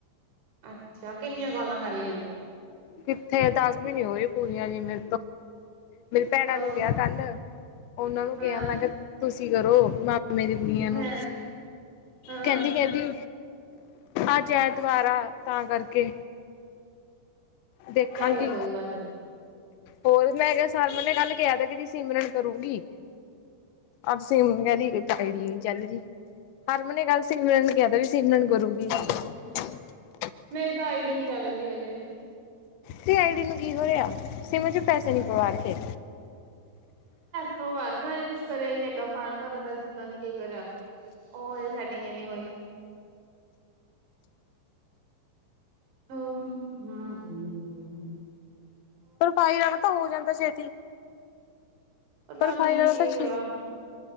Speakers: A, on the right (about 70°); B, on the left (about 80°).
A: ਅੱਛਾ ਕਿੰਨੀਆਂ ਕੋਲਾਂ ਕਰ ਲਈਆਂ?
B: ਕਿੱਥੇ, ਦਸ ਵੀ ਨਹੀਂ ਹੋਈ। ਪੂਰੀਆਂ ਨਹੀਂ ਮਿ ਮੇਰੀ ਭੈਣਾਂ
A: ਓ
B: ਨੂੰ ਕਿਹਾ ਕੱਲ, ਉਹਨਾਂ ਨੂੰ ਕਿਹਾ
A: ਹਾਂ
B: ਮੈਂ ਕਿਹਾ ਤੁਸੀਂ ਛੇਤੀ ਕਰੋ, ਮੈਂ ਮੇਰੀ ਕੁੜੀਆਂ
A: ਹਾਂ
B: ਨੂੰ
A: ਹਾਂ
B: ਕਹਿੰਦੀ, ਕਹਿੰਦੀ ਅੱਜ ਐਤਵਾਰ ਆ। ਤਾਂ ਕਰਕੇ ਦੇਖਾਂਗੀ।
A: ਚੱਲ ਕੋਈ ਬਾਤ ਨੀ
B: ਹੋਰ ਮੈਂ ਕਿਹਾ, ਸਭ ਨੇ ਕੱਲ੍ਹ ਕਿਹਾ ਥਾ ਮੇਰੀ ਸਿਮਰਨ ਕਰੂਗੀ, ਅੱਜ ਸਿਮ <unintelligible> ਚੱਲ ਰੀ ਹਰਮਨ ਨੇ ਕੱਲ੍ਹ ਸਿਮਰਨ ਨੂੰ ਕਿਹਾ ਤਾਂ ਵੀ ਸਿਮਰਨ ਕਰੂਗੀ। <inaudible>
A: ਮੇਰੀ ਤਾਂ ਆਈ ਡੀ ਹੀ ਨਹੀਂ ਚੱਲ ਰਹੀ ਹਜੇ।
B: ਤੇਰੀ ਆਈ ਡੀ ਨੂੰ ਕੀ ਹੋਇਆ? ਸਿਮ ਚ ਪੈਸੇ ਨਹੀਂ ਪਵਾ ਰ ਖ਼ੇ?
A: ਪਵਾ ਰਖੇ ਆ ਹਜੇ ਕੁਛ ਕਰਿਆ ਹੀ ਨੂੰ ਅੱਗਾ ਫਾਰਮ ਭਰਿਆ ਤਾਂ ਇਸਨੂੰ ਪਤਾ ਨੀ ਕੀ ਕਰਿਆ ਉਹ ਹਜੇ ਸੈਟਿੰਗ ਨੀ ਹੋਈ। ਹੂੰ ਹੂੰ ਹੂੰ ਹੂੰ
B: ਪ੍ਰੋਫ਼ਾਇਲ ਵਾਲਾ ਤਾਂ ਹੋ ਜਾਂਦਾ ਛੇਤੀ,
A: ਪਤਾ
B: ਪ੍ਰੋਫ਼ਾਇਲ
A: ਨੀ
B: ਵਾਲਾ
A: ਕੀ
B: ਤਾਂ ਛੇ
A: ਹੋਇਆ